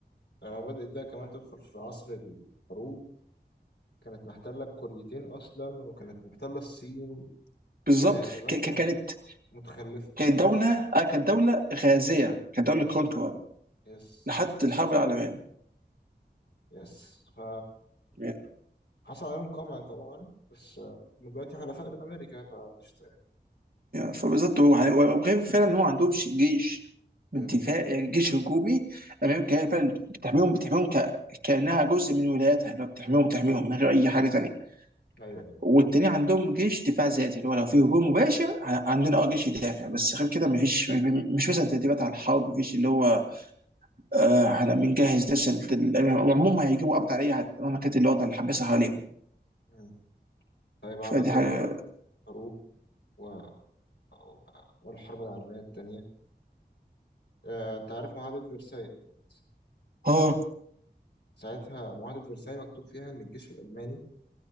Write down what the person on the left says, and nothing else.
لما بدات بقى كمان تدخل في عصر الحروب كانت محتله الكوريتين اصلا وكانت محتله الصين
فاليابان
كانت
متخلفه
بالظبط
يس
يس ف
حصل عليهم قمع طبعا بس آه، هم دلوقتي حلفاء لأمريكا فقشطة يعني
امم
أيوه أيوه
مم. طيب
على غرار
الحروب و... و- والحرب العالمية التانية آه، أنت عارف معاهدة فرساي أكيد
ساعتها معاهدة فرساي مكتوب فيها إن الجيش الألماني